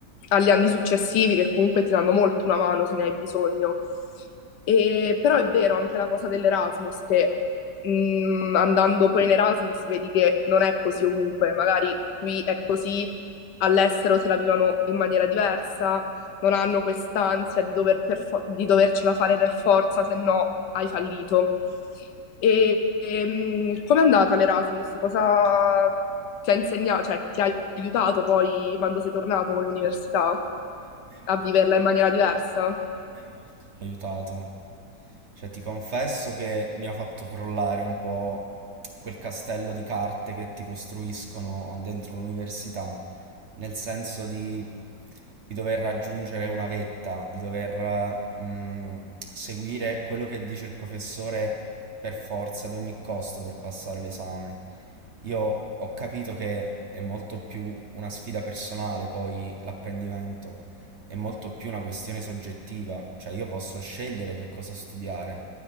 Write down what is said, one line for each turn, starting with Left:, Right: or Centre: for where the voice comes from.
Left: agli anni successivi che comunque ti danno molto una mano se ne hai bisogno. E, però è vero anche la cosa dell'Erasmus che mh, andando poi in Erasmus vedi che non è così ovunque, magari qui è così, all'estero se la vivono in maniera diversa, non hanno quest'ansia di, dover perfo- di dovercela fare per forza, se no hai fallito. E, e mh, com'è andata l'Erasmus? Cosa ti ha insegnato, cioè ti ha aiutato poi quando sei tornato con l'università
Right: A me molto,
Left: a viverla in maniera diversa?
Right: sì, a me molto mi ha aiutato. Cioè, ti confesso che mi ha fatto crollare un po' quel castello di carte che ti costruiscono dentro l'università, nel senso di, di dover raggiungere una vetta, di dover mm, seguire quello che dice il professore per forza, ad ogni costo, per passare l'esame. Io ho capito che è molto più una sfida personale poi l'apprendimento è molto più una questione soggettiva, cioè io posso scegliere che cosa studiare.